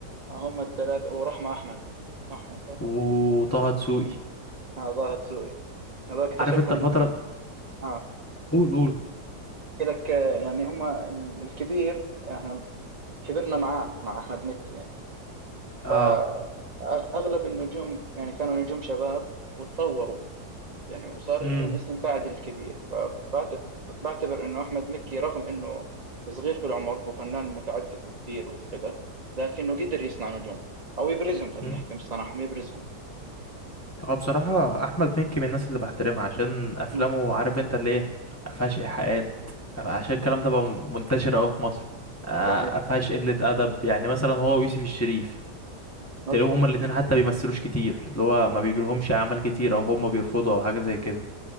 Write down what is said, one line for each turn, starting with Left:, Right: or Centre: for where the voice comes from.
Right: آه هم الثلاثه ورحمه احمد معهم برضه
Left: وطه دسوقي
Right: آه ظاهر سوقي هذا اكتشفهم
Left: عارف انت الفترة
Right: آه
Left: قول قول
Right: احكي لك آه، يعني هما ال- الكبير احنا كبرنا معاه مع احمد مكي يعني
Left: اه
Right: فاغلب النجوم يعني كانوا نجوم شباب وتطوروا يعني وصار
Left: امم
Right: لهم اسم بعد الكبير فبعتبر انه احمد مكي رغم انه صغير في العمر هو فنان متعدد وكبير وكذا لكنه قدر يصنع نجوم او يبرزهم خلينا
Left: امم.
Right: نحكي مش صنعهم يبرزهم
Left: هو بصراحة أحمد مكي من الناس اللي بحترمها عشان أفلامه
Right: مم،
Left: عارف أنت اللي إيه مفيهاش إيحاءات عشان الكلام ده بقى منتشر أوي في مصر آه،
Right: صحيح
Left: مفيهاش قلة أدب يعني مثلا هو ويوسف الشريف
Right: مزبوط
Left: تلاقيهم هما الاتنين حتى بيمثلوش كتير اللي هو ما بيجيلهمش أعمال كتير أو هما بيرفضوا أو حاجة زي كده